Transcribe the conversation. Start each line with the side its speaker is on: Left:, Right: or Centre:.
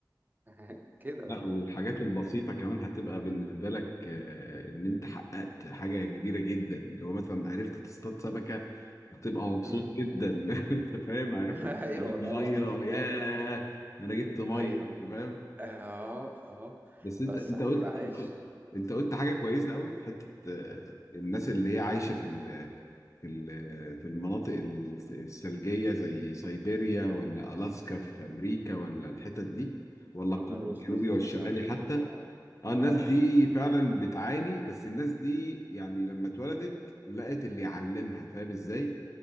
Right: <laughs> كده
Left: لا والحاجات البسيطة كمان هتبقى بالنسبة لك آه، إن أنت حققت حاجة كبيرة جدا لو مثلا عرفت تصطاد سمكة هتبقى مبسوط
Right: بقى
Left: جدا <laughs> أنت فاهم عرفت
Right: <laughs> ايوه
Left: تجيب
Right: طبعا
Left: مية ياه
Right: طبعا
Left: أنا جبت مية
Right: ايوه
Left: أنت فاهم
Right: اه اه
Left: بس أنت
Right: بس
Left: أنت
Right: هتبقى
Left: قلت
Right: عايز
Left: أنت قلت حاجة كويسة أوي في حتة آه، الناس اللي هي عايشة في ال في ال في المناطق الس- الثلجية زي سيبيريا ولا ألاسكا في أمريكا ولا الحتت دي ولا
Right: ولا
Left: القطب
Right: روسيا
Left: الجنوبي والشمالي
Right: مثلا
Left: حتى
Right: اه
Left: اه الناس
Right: اه
Left: دي فعلا بتعاني بس الناس دي يعني لما اتولدت لقت اللي يعلمها فاهم ازاي